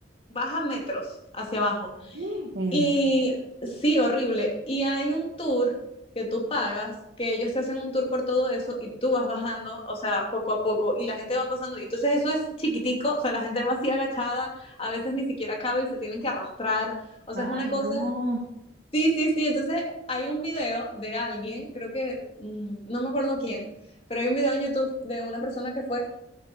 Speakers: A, on the left; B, on the right.
A: baja metros hacia abajo.
B: Mm. En-
A: Y sí, horrible. Y hay un tour que tú pagas, que ellos te hacen un tour por todo eso y tú vas bajando, o sea, poco a poco, y la gente va pasando. Y entonces eso es chiquitico, o sea, la gente va así agachada, a veces ni siquiera cabe y se tienen que arrastrar. O
B: Ay,
A: sea, es una cosa...
B: no.
A: Sí, sí, sí. Entonces hay un video de alguien, creo que, mm, no me acuerdo quién, pero hay un video en YouTube de una persona que fue